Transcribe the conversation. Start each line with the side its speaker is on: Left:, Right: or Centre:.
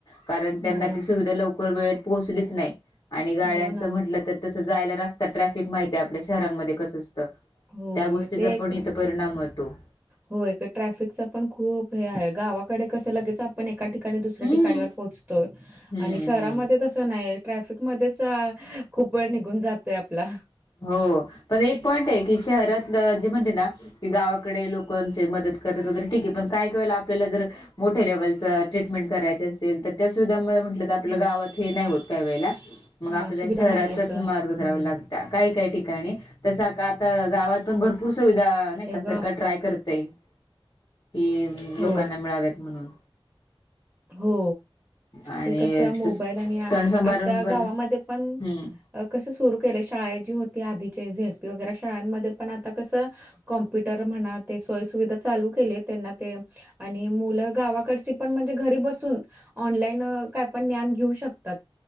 Left: कारण त्यांना
Right: हो,
Left: ती सुविधा लवकर वेळेत पोहोचलीच नाही आणि गाड्यांचं
Right: हो ना.
Left: म्हट तस जायलात ट्रॅफिक माहिती आपल्या शहरमध्ये कसं असत
Right: हो,
Left: त्या गोष्टीचा
Right: ते एक
Left: पण इथ परिणाम होतो.
Right: होय का ट्रॅफिकच पण खूप हे आहे. गावाकडे कसं लगेच ण एका ठिकाणी दुसऱ्या
Left: हम्म
Right: ठिकाणी पोहतोय.
Left: हम्म
Right: आणि शहरामध्ये
Left: हम्म
Right: नाही ट्रॅफिक मध्येच खूप वेळ निघून जातोय. आपला
Left: हो पण एक पॉईंट आहे. की शहरातलं जे म्हणते ना.. की गावाकडे लोकांचे मदत करत वगैरे ठीक आहे. पण काय कळेल आपल्याला जर..... मोठ्या लेवलच ट्रीटमेंट करायचे असेल तर त्या सुविधा म्हट... आपल्या
Right: हो.
Left: गावात हे नाही होत. काही वेळेला मग
Right: हां,
Left: आपल्याला
Right: सुविधा
Left: शहराचाच
Right: नाहीयेत.
Left: मार्ग करावा
Right: हं,
Left: लागत.... काही काही ठिकाणी तस आता गावात.. पण भरपूर सुविधा नाही का
Right: एक
Left: सरकार ट्राय करतयं, कि
Right: हो,
Left: लोकांना मिळाव्यात म्हणून.....
Right: हो
Left: आणि
Right: ते कस मोबाईल
Left: तस
Right: आणि आता
Left: सण समारंभ पण
Right: गावामध्ये पण.....
Left: हम्म
Right: कसं सुरू केलं शाळाजी होती आधीचे झेडपी वगैरे शाळांमध्ये पण आता कसं.... कॉम्प्युटर म्हणा ते सोयी सुविधा चालू केले. त्यांना ते, आणि मुलं गावाकडची पण म्हण.... घरी बसून ऑनलाईन काय पण ज्ञान घेऊ शकतात.